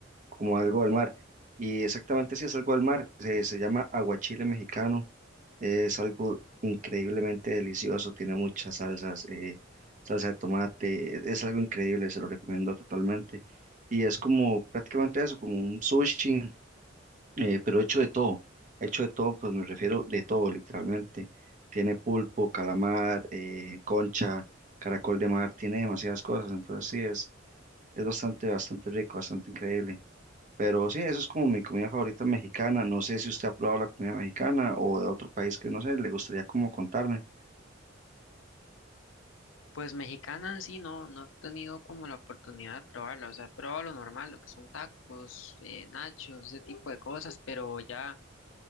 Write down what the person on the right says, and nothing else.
como algo del mar, y exactamente si es algo del mar, se, se llama aguachile mexicano, es algo increíblemente delicioso, tiene muchas salsas, eh, salsa de tomate, es algo increíble, se lo recomiendo totalmente, y es como prácticamente eso, como un sushi, eh, pero hecho de todo, hecho de todo, pues me refiero de todo, literalmente. Tiene pulpo, calamar, eh, concha, caracol de mar, tiene demasiadas cosas, entonces sí, es, es bastante, bastante rico, bastante increíble. Pero sí, eso es como mi comida favorita mexicana. No sé si usted ha probado la comida mexicana o de otro país que no sé, le gustaría como contarme.